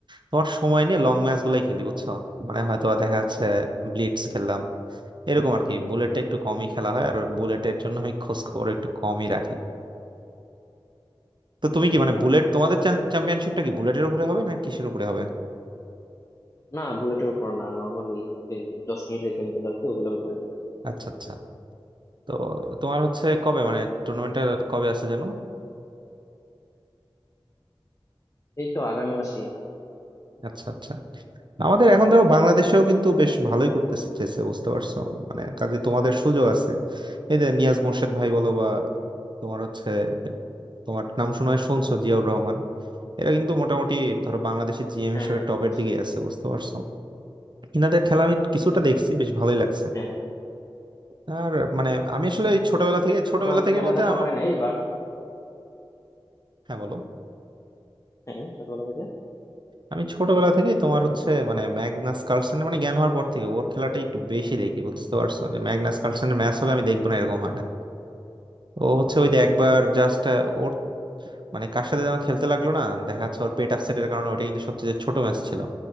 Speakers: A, on the right; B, on the left.
A: তোমার সময় নিয়ে লং ম্যাচ গুলাই খেলি বুঝছো মানে হয়তো দেখা যাচ্ছে ব্লিটজ খেললাম এরকম আর কি বুলেটটা একটু কমই খেলা হয় আর বুলেটের জন্য আমি খোঁজ খবর একটু কমই রাখি তো তুমি কি মানে
B: আহ,
A: বুলেট তোমাদের চ্যাম্পিয়নশিপটা কি বুলেটের উপরে হবে না কিসের উপরে হবে
B: না বুলেটের উপর না নর্মালি এই দশ মিনিটের গেম গুলো আছে ওগুলোর উপরে হবে
A: আচ্ছা আচ্ছা তো তোমার হচ্ছে কবে মানে টুর্নামেন্টটা কবে আছে জানো
B: এই তো আগামী মাসে
A: আচ্ছা আচ্ছা আমাদের এখন দেখো বাংলাদেশেও কিন্তু বেশ ভালোই করতেছে চেসে বুঝতে পারছো মানে কাজে তোমাদের সুযোগ আছে এই যে নিয়াজ মোর্শেদ ভাই বলো বা তোমার হচ্ছে তোমার নাম শোনায় শুনছো জিয়াউর রহমান এরা কিন্তু মোটামুটি ধরো বাংলাদেশের জিএম
B: হ্যাঁ
A: হিসেবে
B: হ্যাঁ
A: টপের
B: শুনেছি।
A: দিকে আছে বুঝতে পারছো ইনাদের খেলা আমি কিছুটা দেখছি বেশ ভালোই লাগছে
B: হ্যাঁ
A: আর মানে আমি আসলে ওই ছোটবেলা থেকে ছোটবেলা
B: আমার
A: থেকে
B: খেলা
A: বলতে
B: দেখা
A: আমার
B: হয় নাই বাট
A: হ্যাঁ বলো
B: হ্যাঁ ছোটবেলা থেকে
A: আমি ছোটবেলা থেকে তোমার হচ্ছে মানে ম্যাগনাস কার্লসেনের মানে জ্ঞান হওয়ার পর থেকে ওর খেলাটা একটু বেশি দেখি বুঝতে পারছো যে ম্যাগনাস কার্লসেনের ম্যাচ হলে আমি দেখবো না এরকম হয় না ও হচ্ছে ওই যে একবার জাস্ট ওর মানে কার সাথে যেন খেলতে লাগলো না দেখা যাচ্ছে ওর পেট আপসেটের কারণে ওটা কিন্তু সবচেয়ে ছোট ম্যাচ ছিল